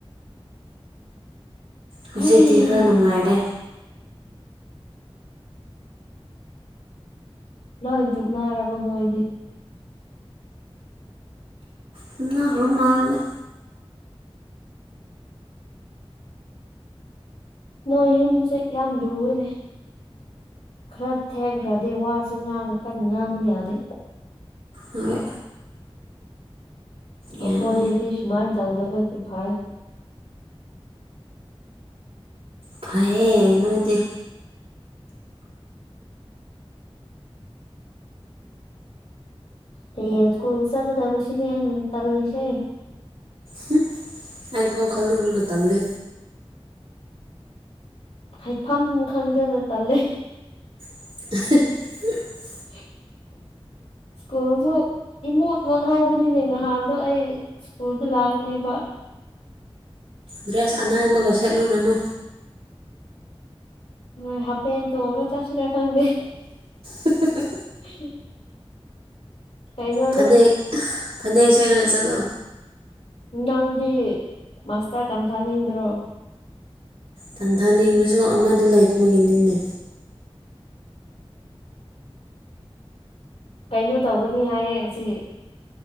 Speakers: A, on the right; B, on the left.
A: ꯍꯧꯖꯤꯛꯇꯤ
B: ꯍꯩ
A: ꯈꯔ ꯅꯨꯡꯉꯥꯏꯔꯦ
B: ꯂꯣꯏ ꯇꯨꯝꯅꯔꯕꯣ ꯅꯣꯏꯗꯤ
A: ꯇꯨꯝꯅꯈꯔ ꯃꯥꯜꯂꯦ
B: ꯅꯣꯏ ꯌꯨꯝꯖꯦ ꯌꯥꯝ ꯂꯨꯌꯦꯅꯦ ꯈꯔ ꯊꯦꯡꯈ꯭ꯔꯗꯤ ꯋꯥꯁꯨ ꯉꯥꯡ ꯀꯟ ꯉꯥꯡꯕ ꯌꯥꯗꯦ
A: ꯍꯣꯏ ꯌꯥꯔꯦ
B: ꯍꯣꯏ ꯑꯗꯤ ꯁꯨꯃꯥꯏꯅ ꯇꯧꯗꯕꯒꯤ ꯐꯩ
A: ꯐꯌꯦ ꯅꯣꯏꯗꯤ
B: ꯍꯌꯦꯡ ꯁꯀꯨ꯭ꯜ ꯆꯠꯀꯒꯗꯕꯁꯤꯅꯦ ꯑꯩ ꯇꯜꯂꯤꯁꯦ
A: ꯍꯨꯝ ꯑꯩꯐꯥꯎ ꯈꯜꯂꯨꯔꯒ ꯇꯜꯂꯦ
B: ꯍꯥꯏꯐꯝ ꯈꯪꯗꯅ ꯇꯜꯂꯦ
A: <unintelligible>
B: <unintelligible> ꯁ꯭ꯀꯨꯜꯁꯨ ꯏꯃꯣꯠ ꯃꯣꯠꯍꯧꯕꯅꯤꯅꯦ ꯅꯍꯥꯟꯗꯣ ꯑꯩ ꯁ꯭ꯀꯨꯜꯗ ꯂꯥꯛꯎꯅꯦꯕ
A: ꯗ꯭ꯔꯦꯁ ꯑꯅꯥꯟꯕꯒ ꯁꯦꯠꯂꯨꯔꯅꯨ
B: ꯅꯣꯏ ꯍꯥꯞꯄꯦꯟ ꯇꯣꯡꯔꯒ ꯆꯠꯁꯤꯔ ꯈꯪꯗꯦ
A: ꯍꯥ ꯍꯥ ꯍꯥ ꯍꯥ
B: <unintelligible> ꯀꯩꯅꯣꯗꯣ
A: ꯐꯅꯦꯛ ꯐꯅꯦꯛ ꯁꯦꯠꯔꯒ ꯆꯠꯂꯣ
B: ꯅꯪꯗꯤ ꯃꯥꯁꯇꯔ ꯇꯝꯊꯥꯅꯤꯡꯗ꯭ꯔꯣ
A: ꯇꯝꯊꯥꯅꯤꯡꯂꯁꯨ ꯑꯃꯗꯨ ꯂꯩꯇꯕꯒꯤꯅꯤꯅꯦ
B: ꯀꯩꯅꯣ ꯇꯧꯒꯅꯤ ꯍꯥꯏꯌꯦ ꯉꯁꯤ